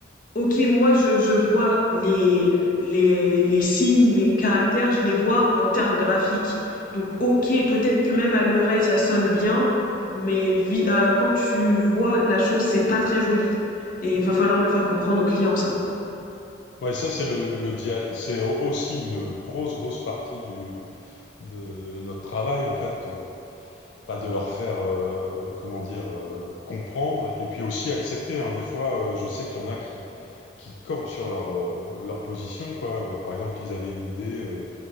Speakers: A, on the left (about 50°); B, on the left (about 75°).
A: «OK, moi, je je vois les les les signes, les caractères, je les vois en termes graphiques. Donc OK, peut-être que même à l'oreille, ça sonne bien, mais vi heu, quand tu vois la chose, c'est pas très joli» et il va falloir le faire comprendre au client ça.
B: Ouais, ça, c'est le, le dial- C'est au- aussi une grosse, grosse partie du, de notre travail, en fait. euh, bah, de leur faire, euh, comment dire, euh, comprendre et puis aussi accepter. hein. Des fois, euh, je sais qu'il y en a qui, qui campent sur leur, euh, leur position, quoi. Euh, par exemple, ils avaient une idée, euh,